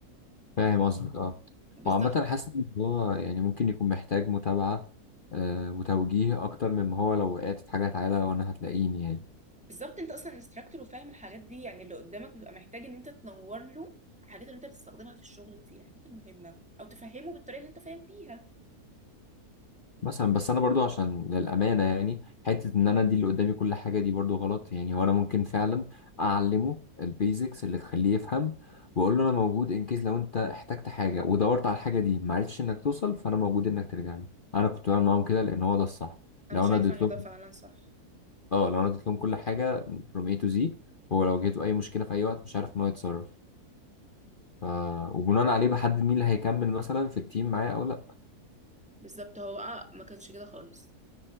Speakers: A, on the left (about 45°); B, in the centre.
A: فاهم قصدك اه
B: بالظبط
A: وعامة حاسس ان هو يعني ممكن يكون محتاج متابعة آه وتوجيه اكتر مما هو لو وقعت في حاجة تعالى وانا هتلاقيني يعني
B: بالظبط انت اصلا انستراكتور وفاهم الحاجات دي يعني اللي قدامك بيبقى محتاج ان انت تنور له الحاجات اللي انت بتستخدمها في الشغل كتير الحاجات المهمه او تفهمه بالطريقه اللي انت فاهم فيها
A: مثلا بس انا برضو عشان للامانه يعني حته ان انا ادي اللي قدامي كل حاجه دي برضو غلط يعني هو انا ممكن فعلا اعلمه البيزكس اللي تخليه يفهم واقول له انا موجود ان كيس لو انت احتجت حاجه ودورت على الحاجه دي ما عرفتش انك توصل فانا موجود انك ترجع لي انا كنت بعمل معاهم كده لان هو ده الصح
B: انا
A: لو
B: شايفه
A: انا اديت
B: ان
A: لهم
B: ده فعلا صح
A: اه لو انا اديت لهم كل حاجه from A to Z هو لو جيته اي مشكله في اي وقت مش عارف ان هو يتصرف ف... وبناء عليه بحدد مين اللي هيكمل مثلا في التيم معايا او لا
B: بالظبط هو بقى ما كانش كده خالص